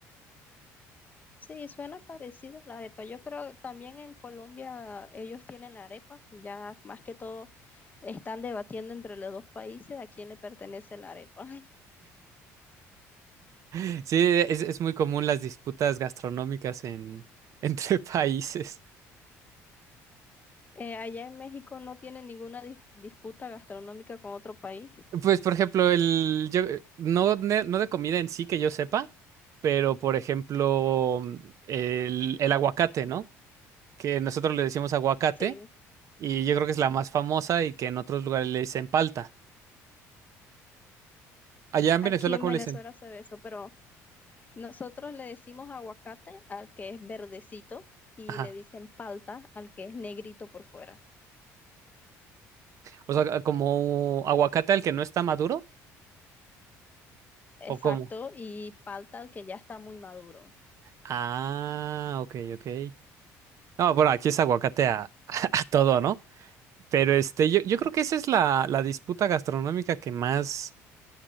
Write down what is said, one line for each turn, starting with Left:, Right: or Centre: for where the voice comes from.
Left: Sí, suena parecido a la arepa. Yo creo también en Colombia ellos tienen la arepa. Ya más que todo están debatiendo entre los dos países a quién le pertenece la arepa.
Right: <laughs> Sí, es, es muy común las disputas gastronómicas en, entre <laughs> países.
Left: Eh, allá en México no tienen ninguna dis- disputa gastronómica con otro país.
Right: Pues, por ejemplo, el, yo, eh, no, ne- no de comida en sí que yo sepa, pero, por ejemplo, mm, el, el aguacate, ¿no? Que nosotros le decimos aguacate
Left: Sí.
Right: y yo creo que es la más famosa y que en otros lugares le dicen palta. Allá en
Left: Aquí
Right: Venezuela,
Left: en
Right: ¿cómo
Left: Venezuela
Right: le dicen?
Left: se ve eso, pero nosotros le decimos aguacate al que es verdecito y
Right: Ajá.
Left: le dicen palta al que es negrito por fuera.
Right: O sea, como aguacate al que no está maduro
Left: Exacto,
Right: o cómo.
Left: y palta al que ya está muy maduro.
Right: Ah, ok, ok. No, bueno, aquí es aguacate a, <laughs> a todo, ¿no? Pero este, yo, yo creo que esa es la, la disputa gastronómica que más,